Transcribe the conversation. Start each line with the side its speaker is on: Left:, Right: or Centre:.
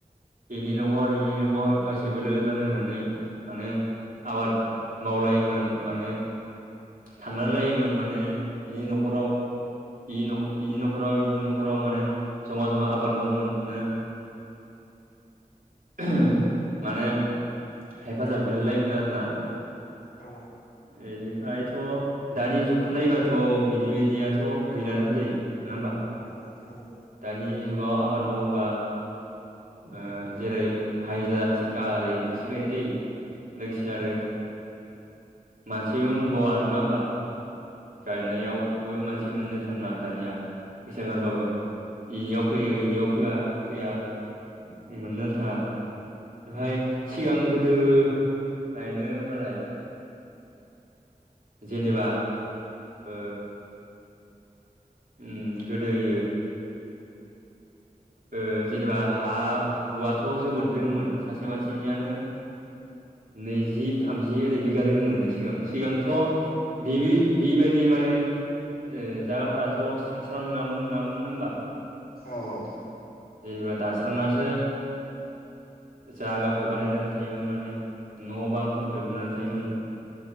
Right: बेनि न'खर बेनि न'खर गासैबो लोगो नांलायनानै माने आबाद मावलायोमोन माने थांलाय लायोमोन माने बिनि न'खराव इनि नखर-इनि न'खराव इनि न'खराव माने जमा जमा आबाद मावो मोनो नो माने हेफाजाब हैलाय लायोमोन आरोना।
Left: औ।
Right: एनि फ्रायथ' जुगखौ नायबाथ' बिदि बायदियाथ' गैलानो होनजायो नङा होमबा।
Left: औ औ
Right: दानि जुगाव आबाद मावोबा ओ जेरै हायजिरा थिखा ओरै दोसो गायनाय जायो। लोगोसे आरो मानसिबो मोनबावा नङा होमबा? गायनायावबो मानसि मोननो थाङा दानिया फैसा गारबाबो। इनियाव फैयो इनियाव होआ फैया मोननो थांङा। ओमफ्राय सिगां गोदो लायनो मालाय जेनेबा ओ उम गोदोयो ओ जेनेबा हा हुआथ' जोबोद दोंहोमोन सासे मानसिनियानो नैजि, थामजि ओरै बिघा दोङोमोननो सिगां सिगांथ' बिबि बिबायदि माने ओ जायगाफोराथ' स्रां -स्रां नङामोन नङामोन होमबा।
Left: औ औ।
Right: जेनेबा दानस्रां नासो जागाखौ बानायनानै थायोमोन माने न' बां फोरफोरखौ लुनानै थायोमोन।